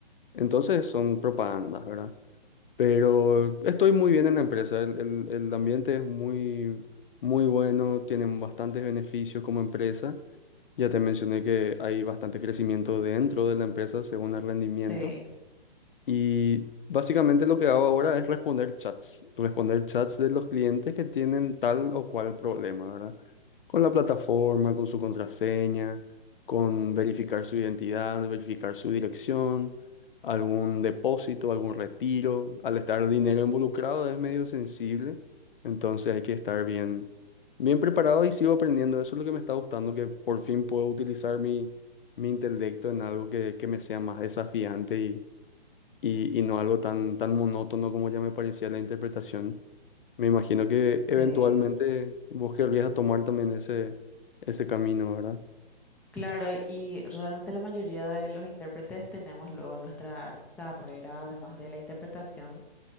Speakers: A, on the left; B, in the centre.
A: Entonces son propagandas, ¿verdad? Pero estoy muy bien en la empresa. El, el- el ambiente es muy, muy bueno, tienen bastantes beneficios como empresa. Ya te mencioné que hay bastante crecimiento dentro de la empresa según el rendimiento.
B: Sí,
A: Y básicamente lo que hago ahora es responder chats, responder chats de los clientes que tienen tal o cual problema, ¿verdad? Con la plataforma, con su contraseña, con verificar su identidad, verificar su dirección, algún depósito, algún retiro. Al estar el dinero involucrado es medio sensible, entonces hay que estar bien, bien preparado y sigo aprendiendo. Eso es lo que me está gustando, que por fin puedo utilizar mi, mi intelecto en algo que, que me sea más desafiante y y, y no algo tan, tan monótono como ya me parecía la interpretación. Me imagino que
B: sí.
A: eventualmente vos querrías a tomar también ese, ese camino, ¿verdad? <laughs>
B: Claro, y realmente la mayoría de los intérpretes tenemos luego nuestra carrera, además de la interpretación.